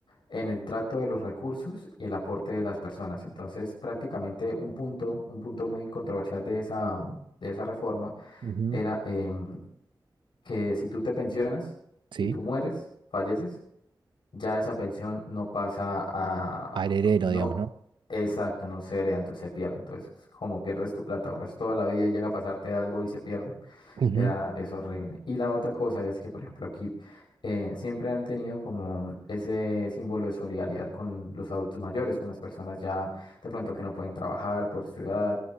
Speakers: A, on the left (about 85°); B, on the right (about 70°).
A: en el trato de los recursos y el aporte de las personas. Entonces, prácticamente un punto, un punto muy controversial de esa, de esa reforma
B: ujú,
A: era em, que si tú te pensionas
B: ¿Sí?
A: y tú mueres, falleces, ya esa pensión no pasa a,
B: Al heredero,
A: no,
B: digamos, ¿no?
A: exacto, no se hereda, entonces se pierde. Entonces, pues, como pierdes tu plata, ahorras toda la vida y llega a pasarte algo y se pierde.
B: ujú,
A: Era, es horrible. Y la otra cosa es que, por ejemplo, aquí eh, siempre han tenido como ese símbolo de solidaridad con los adultos mayores, con las personas ya de pronto que no pueden trabajar por su edad.